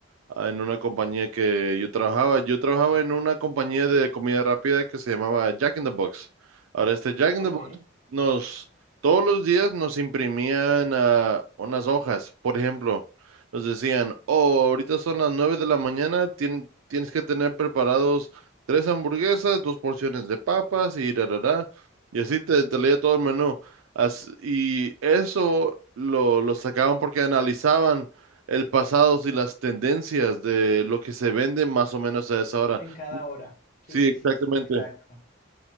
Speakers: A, on the right (about 80°); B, on the left (about 45°).
A: ah, en una compañía que yo trabajaba. Yo trabajaba en una compañía de comida rápida que se llamaba Jack in the Box. Ahora, este Jack
B: Ok,
A: in the Box nos, todos los días nos imprimían ah, unas hojas. Por ejemplo, nos decían, oh, ahorita son las 9 de la mañana, tien- tienes que tener preparados tres hamburguesas, dos porciones de papas y da, da, da. Y así te, te leía todo el menú. As- y eso lo, lo sacaban porque analizaban el pasado y las tendencias de lo que se vende más o menos a esa hora.
B: en cada hora. Sí,
A: Sí, exactamente.
B: sí, sí, exacto.